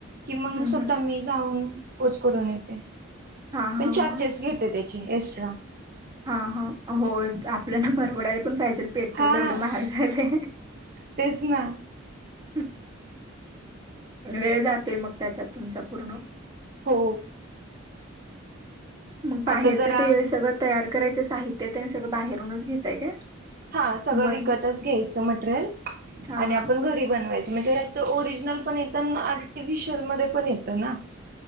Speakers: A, on the right; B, on the right.
A: की मग
B: हम्म
A: स्वतः
B: हम्म
A: मी जाऊन ो करून येते
B: हा
A: पण
B: हा
A: चार्जेस
B: हा
A: घेते त्याची एस्ट्रा
B: हा हा हो आपल्याला परवडाय पण पाहिजे पेट्रोल
A: हा
B: एवढं महाग झालंय
A: तेच ना
B: ह वेळ जातोय मग त्याच्यात तुमचा पूर्ण
A: हो
B: मग बाहेरचं
A: आता जरा
B: ते सगळं तयार करायचं साहित्य तेन सगळं बाहेरूनच घेताय काय
A: हा सगळं
B: मग
A: विकतच घ्यायचं मटेरियल
B: हा
A: आणि
B: हा
A: आपण घरी बनवायचं म्हणजे ओरिजनल पण येत आर्टििशल म पण येत ना